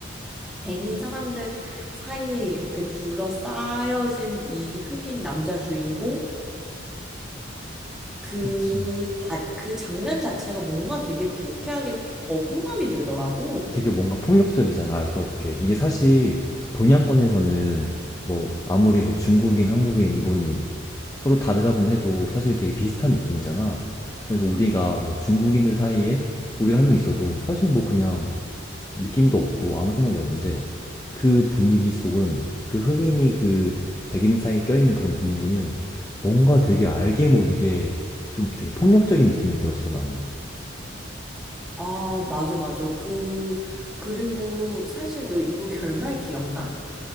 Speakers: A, in the centre; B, on the left.
A: 백인 사람들 사이에 이렇게 둘러싸여진 이 흑인 남자 주인공? 그,
B: 그치.
A: 자, 그 장면 자체가 뭔가 되게 불쾌하게 거부감이 들더라고.
B: 되게 뭔가 폭력적이잖아, 알 수 없게. 이게 사실 동양권에서는 뭐 아무리 뭐 중국인, 한국인, 일본인 서로 다르다곤 해도 사실 되게 비슷한 느낌이잖아. 그래서 우리가 뭐 중국인들 사이에 우리 한 명 있어도 사실 뭐 그냥 느낌도 없고 아무 생각이 없는데 그 분위기 속은 그 흑인이 그 백인 사이에 껴있는 그런 분위기는 뭔가 되게 알게 모르게 좀 되게 폭력적인 느낌이 들었어, 나는.
A: 아, 맞아, 맞아. 그, 그리고 사실 너 이거 결말 기억나?